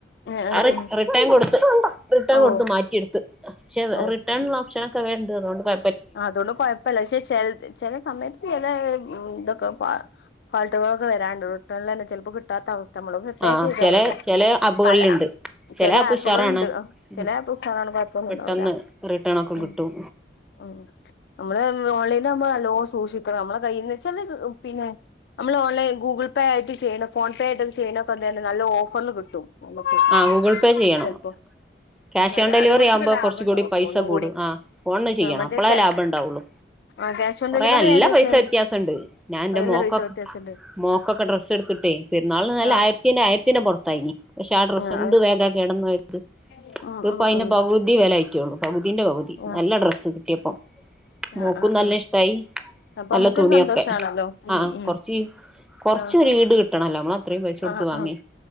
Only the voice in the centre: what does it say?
അത്
റിട്ടേൺ കൊടുത്ത് റിട്ടേൺ
കൊടുത്ത് മാറ്റിയെടുത്ത് പക്ഷെ
റിട്ടേണുള്ള ഓപ്ഷനൊക്കെ ഉണ്ട് അതുകൊണ്ട് കൊ
ആഹ്
ചെല ചെല ആപ്പുകളിലുണ്ട്
ചെല
ആപ്പ്
ഉഷാറാണ് ഉം
പെട്ടെന്ന്
റിട്ടേൺ ഒക്കെ
കിട്ടും
ആഹ് ഗൂഗിൾപേ ചെയ്യണോ
ക്യാഷോൺ
ഡെലിവറി
ആവുമ്പൊ
കൊറ്ച്ചു
കൂടി
പൈസ
കൂടും
ആഹ് ഫോൺന്ന് ചെയ്യണം
അപ്പളേ
ലാഭം ഇണ്ടാവൊള്ളു
കൊറേ
നല്ല
പൈസ
വ്യത്യാസണ്ട് ഞാൻ ഇന്റെ
മോക്കൊക്കെ
മോക്കൊക്കെ ഡ്രസ്സ് എടുത്തിട്ടേ പെരുന്നാളിന് നല്ല
ആയിരത്തിന്റെ ആയിരത്തിന്റെ പുറത്തായിനി ചാടറ
എന്ത് വേ <unintelligible> ഗ കിടന്നത് ഇത്പ്പോ
അതി
ഭ അതി വെലയായിറ്റൊള്ളു പകുതിന്റ പകുതി
നല്ല ഡ്രസ്സ് കിട്ടിയപ്പം മോക്കും
നല്ല
ഇഷ്ടായി
നല്ല
തുണിയൊക്കെ
ആഹ്
കൊറ്ച്ച് കുറച്ചൊരു
ഈട് കിട്ടണോല്ലോ നമ്മള് അത്രയും പൈസ കൊടുത്ത്
വാങ്ങി